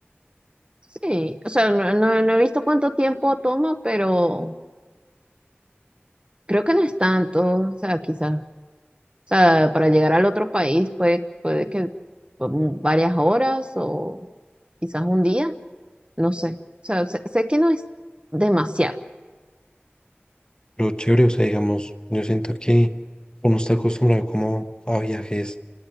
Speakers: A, on the right (about 25°); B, on the left (about 20°).
A: Sí, o sea, no, no, no he visto cuánto tiempo toma, pero creo que no es tanto, o sea, quizás, o sea, para llegar al otro país puede, puede que um, varias horas o quizás un día, no sé, o sea, sé, sé que no es demasiado,
B: Lo chévere, o sea, digamos, yo siento que uno está acostumbrado como a viajes